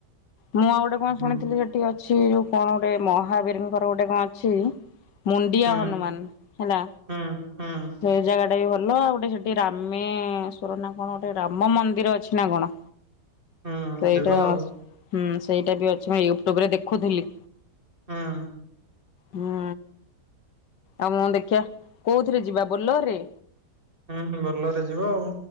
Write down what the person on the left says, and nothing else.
ମୁଁ ଆଉ ଗୋଟେ କଣ
ଶୁଣିଥିଲି ହେ ଟି ଅଛି ଯୋଉ କଣ ଗୋଟେ ମହାବୀରିଙ୍କର ଗୋଟେ କଣ ଅଛି ମୁଣ୍ଡିଆ
ହନୁମାନ ହେଲା
ସେଇ ଜାଗା ଟାବି ଭଲ ଆଉ ଗୋଟେ ସେଠି ରାମେଶ୍ଵରନା କଣ ଗୋଟେ ରାମ ମନ୍ଦିର ଅଛିନା କଣ।
ସେଇଟା
ହୁଁ ସେଇଟାବି ଅଛି ମୁଁ ୟୁଟ୍ୟୁବରେ ଦେଖୁଥିଲି।
ହୁଁ ଆଉ ମୁଁ ଦେଖିଆ କୋଉଥିରେ ଯିବା ବୋଲରରେ?